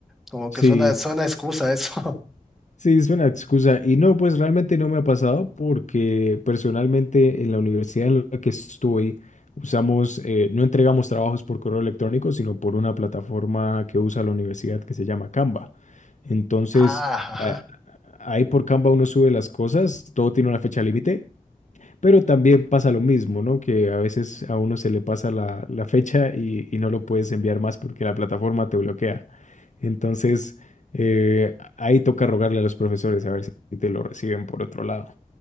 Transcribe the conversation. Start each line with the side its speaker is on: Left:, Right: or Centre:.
Centre: Como
Left: Sí.
Centre: que suena, suena excusa eso. <laughs>
Left: Sí, es una excusa. Y no, pues realmente no me ha pasado porque personalmente en la universidad en la que estoy usamos, eh, no entregamos trabajos por correo electrónico, sino por una plataforma que usa la universidad que se llama Canva. Entonces,
Centre: Ah, ajá.
Left: eh, ahí por Canva uno sube las cosas, todo tiene una fecha límite, pero también pasa lo mismo, ¿no? Que a veces a uno se le pasa la, la fecha y, y no lo puedes enviar más porque la plataforma te bloquea. Entonces, eh, ahí toca rogarle a los profesores a ver si te lo reciben por otro lado.